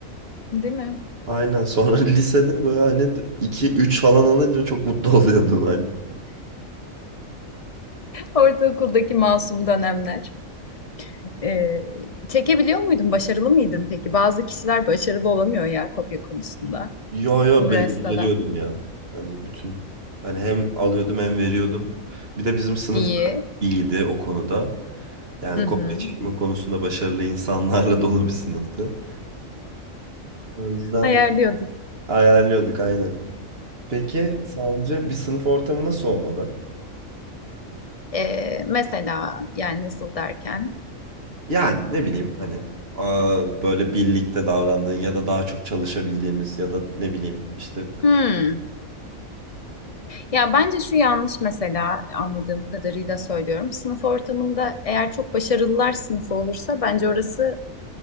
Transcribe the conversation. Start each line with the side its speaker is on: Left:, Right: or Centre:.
Left: Değil mi?
Right: Aynen. Sonra <laughs> lisede böyle hani iki üç falan alınca çok mutlu <laughs> oluyordum hani.
Left: Ortaokuldaki masum dönemler. Ee, çekebiliyor muydun? Başarılı mıydın peki? Bazı kişiler başarılı olamıyor ya kopya konusunda.
Right: Yo yo
Left: Uğraşsa
Right: be- beceriyordum
Left: da.
Right: ya. Hani bütün hani hem alıyordum hem veriyordum. Bir de bizim sınıfta
Left: İyi.
Right: iyiydi o konuda. Yani
Left: Hı hı.
Right: kopya çekme konusunda başarılı insanlarla <laughs> dolu bir sınıftı. O yüzden
Left: Ayarlıyorduk.
Right: ayarlıyorduk aynen. Peki sence bir sınıf ortamı nasıl olmalı?
Left: Ee, mesela yani nasıl derken?
Right: Yani ne bileyim hani aa, böyle birlikte davrandığın ya da daha çok çalışabildiğimiz ya da ne bileyim işte.
Left: Hmm. Ya bence şu yanlış mesela anladığım kadarıyla söylüyorum. Sınıf ortamında eğer çok başarılılar sınıfı olursa bence orası